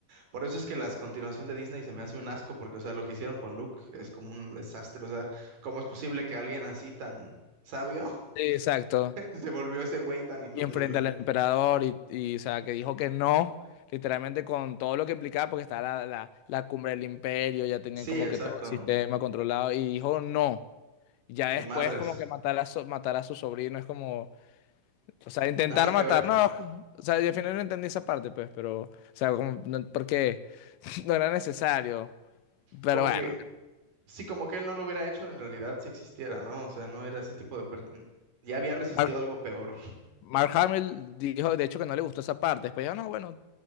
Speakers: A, on the right; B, on the left.
A: Por eso es que las continuación de Disney se me hace un asco, porque, o sea, lo que hicieron con Luke es como un desastre. O sea, ¿cómo es posible que alguien así tan sabio
B: Sí, exacto.
A: <laughs> se volvió ese güey tan inútil?
B: Y enfrente
A: O sea,
B: al emperador y, y, o sea, que dijo que no, literalmente con todo lo que implicaba, porque estaba la, la, la cumbre del imperio, ya tenían
A: Sí,
B: como
A: exacto.
B: que todo el sistema controlado, y dijo no. Ya después
A: Ni madres.
B: como que matar a, so- matar a su sobrino es como... O sea, intentar
A: Nada que
B: matar,
A: ver.
B: no. O sea, yo al final no entendí esa parte, pues, pero, o sea, como, no- porque <laughs> no era necesario. Pero
A: Como
B: bueno,
A: que Sí, como que él no lo hubiera hecho en realidad si existiera, ¿no? O sea, no era ese tipo de... per- Ya había resistido
B: Mark,
A: algo peor.
B: Mark Hamill dijo, de hecho, que no le gustó esa parte. Después dijo, no, bueno,